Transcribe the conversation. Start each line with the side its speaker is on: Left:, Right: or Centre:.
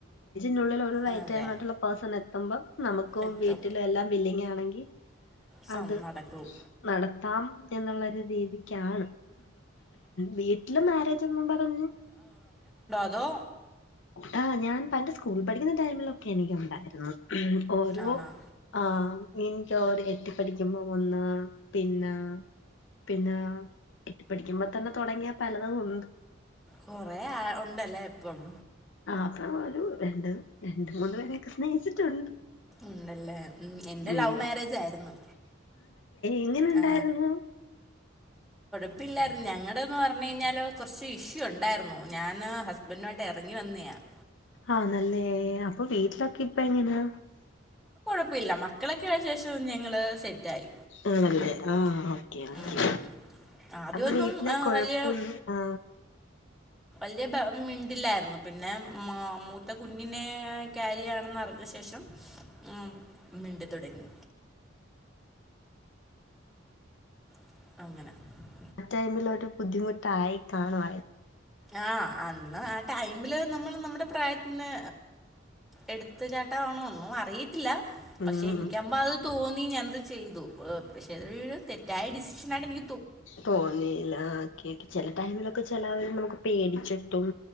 Left: <inaudible> ള്ളിൽ ഒരു റൈറ്റട്ടുള്ള
Centre: അതെ
Left: പേഴസൺ എത്ത്പം നമുക്ക്
Centre: എത്തും
Left: വീട്ടിലും എല്ലാം വില്ലങ്ങയാണെങ്കിൽ
Centre: സം
Left: അത്
Centre: നടക്കും
Left: നടത്താം...... എന്നുള്ളൊരു രീതിക്കാണ്..... വീട്ടില് മാരേജ്ന്നും പറഞ്ഞു.....
Centre: ഹലോ.....
Left: ട്ടാ ഞാൻ എന്റെ സ്കൂള പഠിക്കുന്ന ടൈമിലൊക്കെ എനിക്ക ഉണ്ടായിരുന്നു...... ഓരോ
Centre: ആണോ
Left: ആ എനക്ക് അവര് എത്തിപ്പഠിക്കുമ്പോ ഒന്ന് പിന്നെ..... പിന്നെ എട്ടിപ്പഠിക്കുമ്പോ തന്നെ തുടങ്ങിയ പലതും ഉണ്ട്......
Centre: കൊറെ ആ ഉണ്ടല്ലേ ഇപ്പം....
Left: ആ അപ്പ ഒരു രണ്ട് രണ്ട മൂന്ന് പേരൊക്കെ സ്നേഹിച്ചിട്ടുണ്ട്......
Centre: ഉണ്ടല്ലേ ഉ എൻന്റെ
Left: ഉം
Centre: ലവ് മാരേജ ആയിരുന്നു.....
Left: എങ്ങനെുണ്ടായിരുന്നു......
Centre: ആ, അപ്പ ഇായിരുന്നു ഞങ്ങളുടെന്ന് പറഞ്ഞഞ് കഴിഞ്ഞാൽ കുറച്ച് ഇഷ്യൂ ഉണ്ടായിരുന്നു ഞാൻ ഹസ്ബൻഡനോമായിട്ട് ഇറങ്ങി വന്നതാണ്.....
Left: ആഹ നല്ല അപ്പൊ വീട്ടിലൊക്കെ ഇപ്പ എങ്ങനാ......
Centre: കുപ്പില്ല മക്കളൊക്കെ ആ ശേഷം ഞങ്ങള് സെറ്റായി.....
Left: ആണല്ലേ ആഹ ഓക്കെ ഓക്കെ
Centre: ഉം. ആദ്യമൊന്നും
Left: അപ്പൊ വീട്ടിലെ
Centre: ആ,
Left: കൊഴപ്പൊന്ന്
Centre: വലിയ
Left: ആ......
Centre: വലിയ മിണ്ടില്ലായിരുന്നു പിന്നെമ്മൂത്തെ കുഞ്ഞിനെ ക്യാരിയാണെന്ന് അറിഞ്ഞ ശേഷം..... ഉ മിണ്ട തുടങ്ങി <inaudible>
Left: ആ ടൈമിൽൊ ഒരു ബുദ്ധിമുട്ടായി കാണു.....
Centre: ആഹ് അന്ന് ആ ടൈമില് നമ്മൾ നമ്മുടെ....... പ്രായത്തിന് എടുത്ത ചാട്ടാവണന്നും അറി.....
Left: ഉം
Centre: പക്ഷെ എനിക്കുമ്പോ അത് തോന്നി ഞാനത് ചെയ്തു പക്ഷെ..,.... ദായ ഡിസിഷനായിട്ട്നി.....
Left: തോന്നല ഓക്കെ ഓക്കെ...... ടൈമിലൊക്കെ ചിലവർ നമുക്ക് പേടിച്ചിട്ടും